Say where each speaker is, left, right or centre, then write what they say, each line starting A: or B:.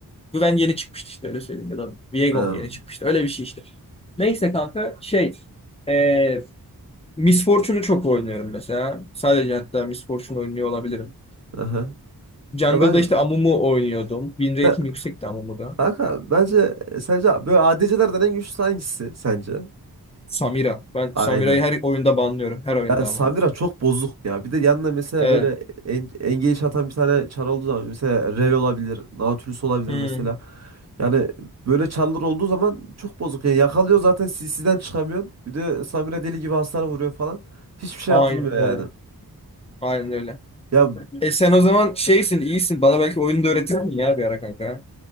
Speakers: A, on the left; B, on the right.
A: Güven yeni çıkmıştı işte öyle söyleyeyim ya da Viego
B: Ha.
A: mu yeni çıkmıştı öyle bir şey işte. Neyse kanka şey ee, Miss Fortune'u çok oynuyorum mesela. Sadece hatta Miss Fortune oynuyor olabilirim.
B: Aha.
A: Jungle'da
B: Ya ben
A: işte Amumu oynuyordum. Win rate'im
B: sen,
A: yüksekti Amumu'da.
B: kanka bence e, sence böyle ADC'lerden en güçlü hangisi sence?
A: Samira. Ben
B: Aynen.
A: Samira'yı her oyunda banlıyorum. Her oyunda
B: Ya Samira
A: ama.
B: çok bozuk ya. Bir de yanına mesela
A: Evet.
B: böyle en, engage atan bir tane çar olduğu zaman mesela Rel olabilir, Nautilus olabilir
A: Hmm.
B: mesela. Yani böyle çarlar olduğu zaman çok bozuk. Yani yakalıyor zaten CC'den çıkamıyorsun. Bir de Samira deli gibi hasar vuruyor falan. Hiçbir şey
A: Aynen
B: yapılmıyor yani.
A: öyle. Aynen öyle.
B: Ya
A: E sen o zaman şeysin, iyisin. Bana belki oyunu da öğretirsin ya bir ara kanka.